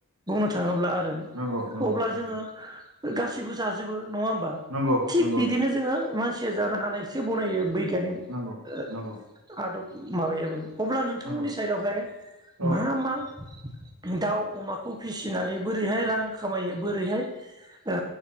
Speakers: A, on the right; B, on the right.
A: बुंनो थाङोब्ला आरो
B: नंगौ नंगौ
A: अब्ला
B: नंगौ
A: जोङो। गासिबो जाजोबो। नङा होमबा
B: नंगौ
A: थिक
B: नंगौ
A: बिदिनो
B: नोंथां
A: जोङो मा सिया जानो हानायसो बनायो बै <unintelligible>
B: नंगौ नंगौ नोंथां नंगौ नोंथां नंगौ नंगौ
A: माबायाबो अब्ला नोंथांमोननि
B: नंगौ
A: साइडआवहाय
B: औ
A: मा मा दाउ अमाखौ फिसिनानै बोरैहाय रां खामायो बोरैहाय ओ